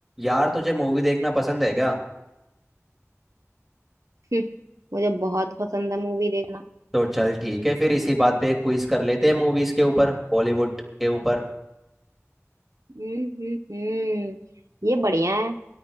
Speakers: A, in the centre; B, on the right (about 85°).
A: यार तुझे मूवी देखना पसंद है क्या
B: हम्म, मुझे बहुत पसंद है मूवी देखना
A: तो चल ठीक है फिर इसी बात पे एक क्विज कर लेते हैं मूवीज के ऊपर बॉलीवुड के ऊपर
B: हम्म हम्म हम्म ये बढ़िया है